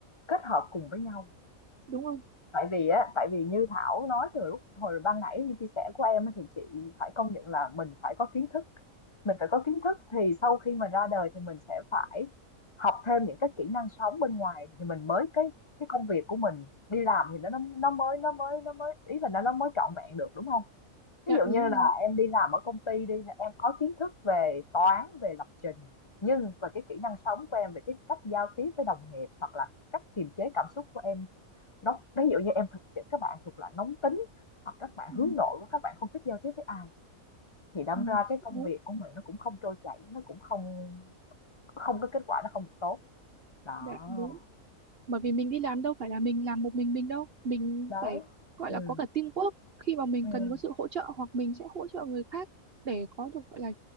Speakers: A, on the left; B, on the right.
A: kết hợp cùng với nhau.
B: đúng không
A: Tại vì á, tại vì như Thảo nói từ lúc hồi ban nãy như chia sẻ của em á, thì chị phải công nhận là mình phải có kiến thức, mình phải có kiến thức thì sau khi mà ra đời thì mình sẽ phải học thêm những cái kỹ năng sống bên ngoài thì mình mới cái cái công việc của mình đi làm thì nó nó nó mới nó mới nó mới ý là nó nó mới trọn vẹn được đúng không? Ví
B: dạ
A: dụ như
B: đúng rồi
A: là em đi làm ở công ty đi, em có kiến thức về toán, về lập trình, nhưng và cái kỹ năng sống của em về cái cách giao tiếp với đồng nghiệp hoặc là cách kiềm chế cảm xúc của em nó ví dụ như em thuộc các các bạn thuộc loại nóng tính hoặc các bạn
B: ừ.
A: hướng nội, các bạn không thích giao tiếp với ai thì đâm
B: Ừ.
A: ra cái công
B: đúng
A: việc của mình nó cũng không trôi chảy, nó cũng không không có kết quả, nó không được tốt. Đó.
B: dạ đúng bởi vì mình đi làm đâu phải là mình làm một mình mình đâu mình
A: Đấy.
B: phải gọi
A: Ừm,
B: là có cả teamwork khi mà mình
A: ừm,
B: cần có sự hỗ trợ hoặc mình sẽ hỗ trợ người khác để có được gọi là